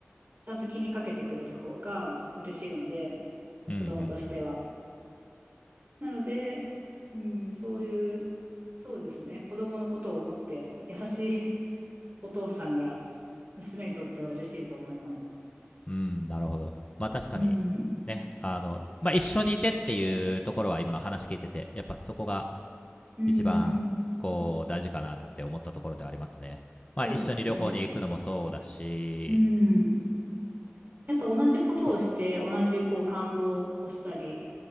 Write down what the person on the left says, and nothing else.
うんうん
うん。うん、なるほど。まあ確かに、
ね、あの、まあ一緒にいてっていうところは今話聞いてて、やっぱそこが
一番こう大事かなって思ったところではありますね。
まあ一緒に旅行に行くのもそうだし、
そ